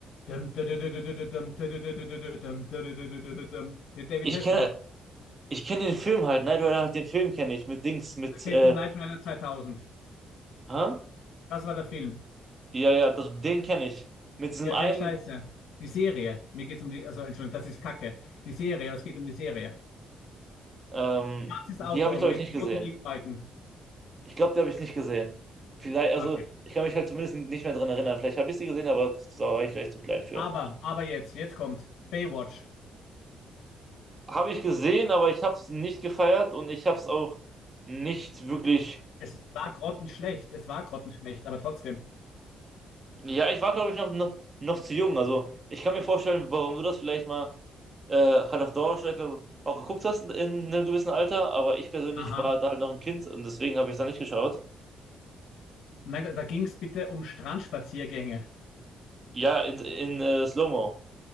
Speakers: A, on the left; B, on the right.
A: Dum, dum, dum, dum, dum, dum, dum, dum, dum, dum, dum. Mit David
B: Ich
A: Hasselhoff.
B: kenne ich kenne den Film halt. Knight Rider halt den Film kenne ich mit Dings, mit
A: Da kennst
B: äh,
A: du Knight Rider 2000.
B: hä?
A: Das war der Film.
B: Ja, ja, das, den kenne ich. Mit diesem
A: Ja,
B: einen,
A: der ist Scheiße. Die Serie. Mir geht's um die, also Entschuldigung, das ist Kacke. Die Serie, es geht um die Serie.
B: ähm,
A: Schwarzes Auto
B: die habe ich glaube
A: mit
B: ich nicht gesehen.
A: roten Lichtbalken.
B: Ich glaube, die habe ich nicht gesehen. Vielleicht, also
A: Okay.
B: ich kann mich halt zumindest nicht mehr dran erinnern. Vielleicht habe ich sie gesehen, aber da war ich vielleicht zu klein für.
A: Aber, aber jetzt, jetzt kommt Baywatch.
B: Habe ich gesehen, aber ich habe es nicht gefeiert und ich habe es auch nicht wirklich.
A: Es war grottenschlecht, es war grottenschlecht, aber trotzdem.
B: Ja, ich war glaube ich noch, noch, noch zu jung. Also ich kann mir vorstellen, warum du das vielleicht mal äh, halt auf Dauerschleife auch geguckt hast in einem gewissen Alter, aber ich persönlich
A: Aha.
B: war da halt noch ein Kind und deswegen habe ich da nicht geschaut.
A: Mein Gott, da ging es bitte um Strandspaziergänge.
B: Ja, in, in äh, Slow-Mo